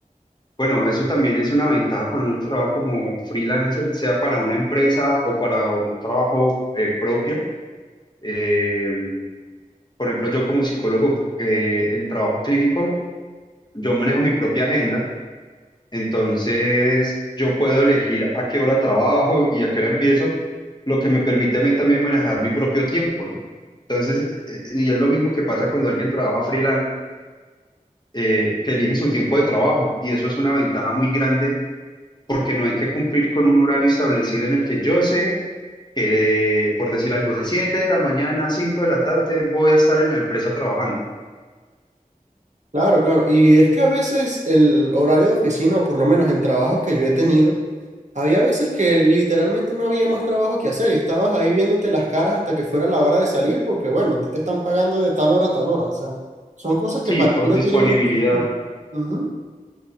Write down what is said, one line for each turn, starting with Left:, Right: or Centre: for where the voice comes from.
Left: bueno, eso también es una ventaja cuando uno trabaja como freelancer, sea para una empresa o para un trabajo eh, propio. Eh, por ejemplo, yo como psicólogo eh, en trabajo clínico, yo manejo mi propia agenda. Entonces, yo puedo elegir a qué hora trabajo y a qué hora empiezo, lo que me permite a mí también manejar mi propio tiempo, ¿no? Entonces, eh, eh, y es lo mismo que pasa cuando alguien trabaja freelancer, eh, que elige su tiempo de trabajo, y eso es una ventaja muy grande porque no hay que cumplir con un horario establecido en el que yo sé que, de- por decir algo, de 7 de la mañana a 5 de la tarde voy a estar en la empresa trabajando.
Right: Claro, claro. Y es que a veces el horario de oficina, o por lo menos en trabajos que yo he tenido, Había veces que literalmente no había más trabajo que hacer y estabas ahí viéndote las caras hasta que fuera la hora de salir porque, bueno, a ti te están pagando de tal hora a tal hora. O sea, son cosas que
Left: Sí,
Right: para
Left: por
Right: mí no
Left: disponibilidad,
Right: tienen mucho sentido. Ujú.